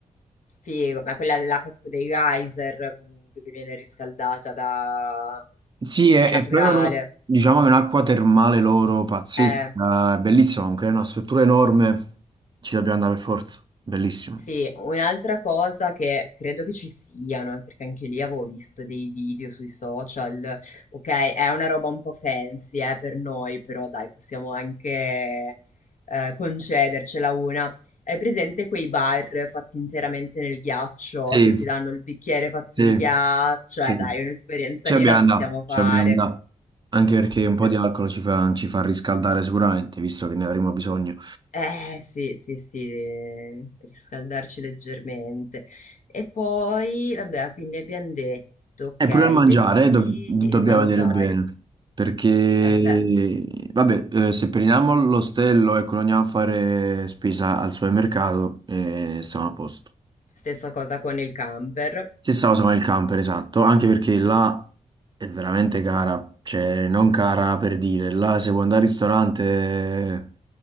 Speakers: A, on the left; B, on the right.
A: figo. Ma quella dell'acqua tipo dei geyser comunque che viene riscaldata da...
B: Sì, è,
A: cioè
B: è
A: naturale.
B: proprio una- diciamo che è un'acqua termale loro pazzesca,
A: Eh.
B: è bellissima, comunque è una struttura enorme, ci dobbiamo andare per forza, bellissimo.
A: Sì, un'altra cosa che credo che ci siano, eh, perché anche lì avevo visto dei video sui social, ok, è una roba un po' fancy, eh, per noi, però dai, possiamo anche eh, concedercela una. Hai presente quei bar fatti interamente nel ghiaccio,
B: Sì,
A: che ti danno il bicchiere fatto
B: sì,
A: di ghiaccio?
B: sì.
A: Eh dai, un'esperienza
B: Ci
A: lì
B: abbiamo
A: la possiamo
B: andato,
A: fare.
B: ci abbiamo andato. Anche perché un po'
A: Ehm,
B: di alcol ci fa, ci fa riscaldare sicuramente, visto che ne avremo bisogno.
A: Eh sì, sì, sì, eh, riscaldarci leggermente. E poi, vabbè, quindi abbiamo detto,
B: E
A: ok,
B: pure il mangiare,
A: i vestiti,
B: eh, dob- dobbiamo
A: il mangiare.
B: vedere bene. Perché,
A: Vabbè,
B: vabbè, eh, se prendiamo l'ostello, ecco, non andiamo a fare spesa al supermercato e siamo a posto.
A: stessa cosa con il camper,
B: Stessa cosa con il camper, esatto, anche perché là è veramente cara, cioè non cara per dire, là se vuoi andare al ristorante